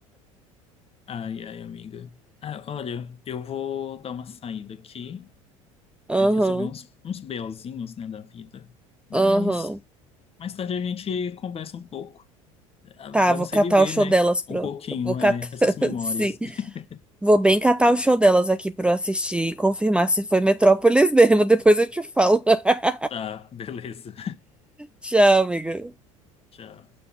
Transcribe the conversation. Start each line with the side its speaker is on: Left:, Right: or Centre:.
Left: Ai, ai, amiga. Ah, olha, eu vou dar uma saída aqui.
Centre: Aham,
Left: Eu tenho que resolver uns, uns BOzinhos, né, da vida. Mas
Centre: aham.
Left: mais tarde a gente conversa um pouco. Ah, Vamos
Centre: Tá, vou catar
Left: reviver,
Centre: o show
Left: né?
Centre: delas pro.
Left: Um pouquinho,
Centre: Vou catar.
Left: é,
Centre: <laughs>
Left: essas memórias.
Centre: Sim.
Left: <laughs>
Centre: Vou bem catar o show delas aqui pra eu assistir e confirmar se foi Metrópolis mesmo. Depois eu te falo. <laughs>
Left: Tá, beleza.
Centre: Tchau, amiga.
Left: Tchau.